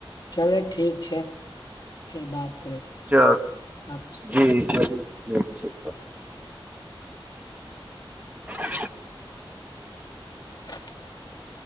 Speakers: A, on the left (about 50°); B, on the right (about 15°).
A: चले ठीक छै फेर बात। <unintelligible>
B: चल
A: आब
B: <unintelligible> जी सब। छै त। <unintelligible> <unintelligible>
A: <unintelligible>